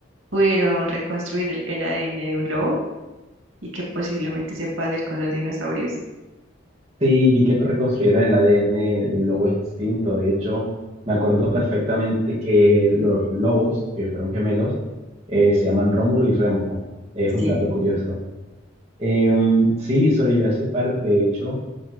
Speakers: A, on the right; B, on the right.
A: pudieron reconstruir el, el ADN de un lobo y que posiblemente se pueda hacer con los dinosaurios,
B: Sí, vi que reconstruyeron el ADN de un lobo extinto. De hecho, me acuerdo perfectamente que los lobos, que fueron gemelos, eh, se llaman Rómulo y Remo. Es un
A: sí.
B: dato curioso. Em, sí, sobre Jurassic Park, de hecho,